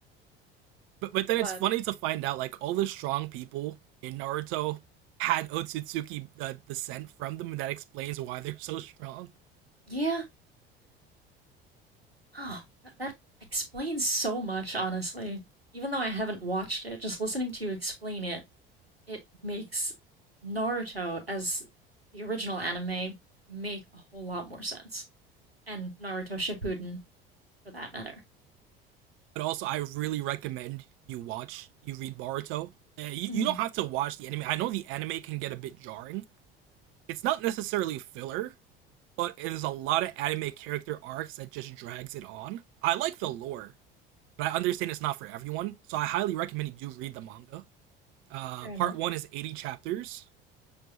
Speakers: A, on the right; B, on the right.
A: <laughs> but but then
B: But
A: it's funny to find out like all the strong people in Naruto had Otsutsuki uh, descent from them, and that explains why they're so strong.
B: yeah, Oh, that that explains so much, honestly. Even though I haven't watched it, just listening to you explain it, it makes Naruto as the original anime make a whole lot more sense. And Naruto Shippuden, for that matter.
A: but also I really recommend you watch, you read Boruto. Uh, you,
B: Mhm.
A: you don't have to watch the anime. I know the anime can get a bit jarring. It's not necessarily filler, but it is a lot of anime character arcs that just drags it on. I like the
B: Oh,
A: lore, but I understand it's not for everyone, so I highly recommend you do read the manga. Uh,
B: fair
A: part
B: enough.
A: one is 80 chapters,